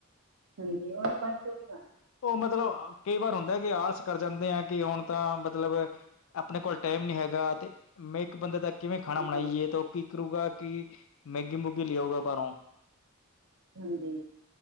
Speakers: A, on the right; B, on the left.
A: ਹਾਂਜੀ ਉਹਨੇ <unintelligible>
B: ਉਹ ਮਤਲਬ ਕਈ ਵਾਰ ਹੁੰਦਾ ਕਿ ਆਲਸ ਕਰ ਜਾਂਦੇ ਆ ਕਿ ਹੁਣ ਤਾਂ ਮਤਲਬ ਆਪਣੇ ਕੋਲ ਟਾਈਮ ਨਹੀਂ ਹੈਗਾ ਤੇ ਮੈਂ ਇੱਕ ਬੰਦੇ ਦਾ ਕਿਵੇਂ ਖਾਣਾ
A: ਹਾਂਜੀ
B: ਬਣਾਈਏ ਤਾਂ ਕੀ ਕਰੂਗਾ ਕਿ ਮੈਗੀ ਮੂਗੀ ਲਿਆਉਗਾ ਬਾਰੋਂ
A: ਹਾਂਜੀ